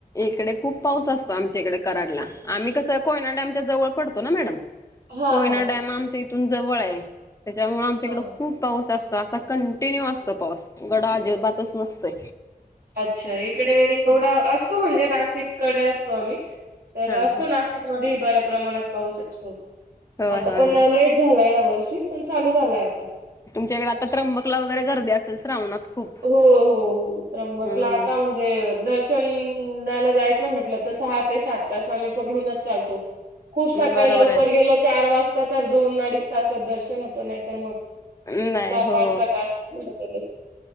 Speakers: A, on the left (about 20°); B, on the right (about 70°).
A: इकडे खूप पाऊस असतो आमच्या इकडे कराडला. आम्ही कस कोयना डॅमच्या जवळ पडतो ना. मॅडम
B: हा
A: कोयना
B: हा
A: डॅम आमच्या हित जवळ आहे त्याच्यामुळे आमच्या
B: हा
A: इकडे
B: हा
A: खूप पाऊस असतो. असा कंटिन्यू असतो पाऊस गड अजिबातच नसतोय
B: अच्छा इकडे एवढा असतो म्हणजे. नाशिक कडे असतो आम्ही. तर
A: हा हा
B: असतो नाशिक मध्येही बऱ्या प्रमाणात पाऊस असतो.
A: होय
B: आता
A: होय
B: पण
A: होय
B: लेट झालाय या वर्षी. पण चालू झालाय आता.
A: तुमच्याकडे आता त्र्यंबकला वगैरे गर्दी असेल श्रावणात. खूप
B: हो. हो. हो त्रबकला
A: हम्म
B: आता म्हणजे दर्शन. नाला जायचं म्हटलं तर सहा ते सात. तास आम्ही पकडूनच चालतो. खूप सकाळी
A: बरोबर
B: लवकर गेलं चार वाजता तर दोन अडीच तासात दर्शन होत नाही तर मग.
A: आहे नाही
B: सहा-पाच
A: हो
B: सहा तास लावत्यातच